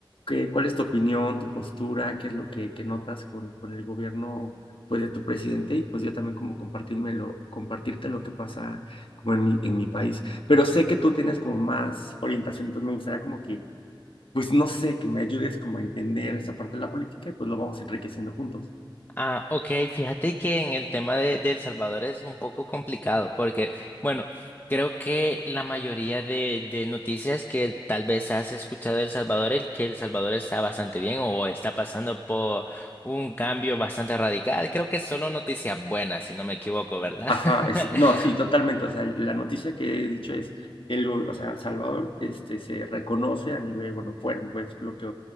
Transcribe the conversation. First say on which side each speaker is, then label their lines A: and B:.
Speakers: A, on the left (about 80°); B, on the left (about 25°).
A: que, cuál es tu opinión, tu postura, qué es lo que, que notas con, con el gobierno pues de tu presidente y pues yo también como compartírmelo, compartirte lo que pasa como en mi, en mi país. Pero sé que tú tienes como más orientación, entonces me gustaría como que, pues no sé, que me ayudes como a entender esa parte de la política y pues lo vamos enriqueciendo juntos.
B: Ah, ok, fíjate que en el tema de, de El Salvador es un poco complicado porque, bueno, creo que la mayoría de, de noticias que tal vez has escuchado de El Salvador, el que El Salvador está bastante bien o está pasando por un cambio bastante radical, creo que solo noticias buenas, si no me equivoco, ¿verdad?
A: Ajá,
B: <laughs>
A: es, no, sí, totalmente. O sea, la noticia que he dicho es, el, go- o sea, Salvador este, se reconoce a nivel, bueno, fuera, pues lo que